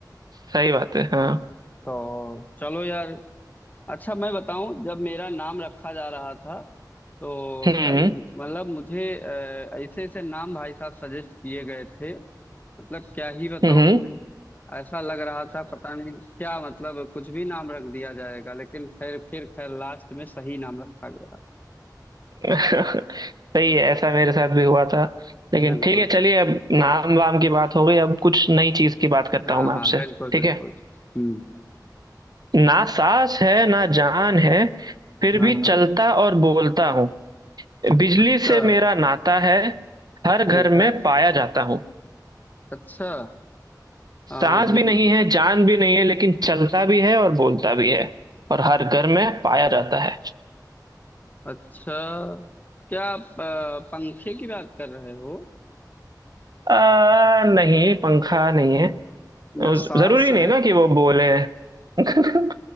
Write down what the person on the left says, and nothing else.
तो चलो यार अच्छा मैं बताऊं जब मेरा नाम रखा जा रहा था तो
कई मतलब मुझे अ, ऐसे ऐसे नाम भाई साहब सजेस्ट किए गए थे मतलब क्या ही बताऊं
मैं ऐसा लग रहा था पता नहीं क्या मतलब कुछ भी नाम रख दिया जाएगा लेकिन फिर फिर खैर लास्ट में सही नाम रखा गया
बिल्कुल
हाँ
हाँ
बिल्कुल
बिल्कुल
हम्म
हाँ
हाँ
अच्छा
ठीक है
अच्छा
आ, बिज-
अच्छा क्या आप आ, पंखे की बात कर रहे हो
न
सांस
है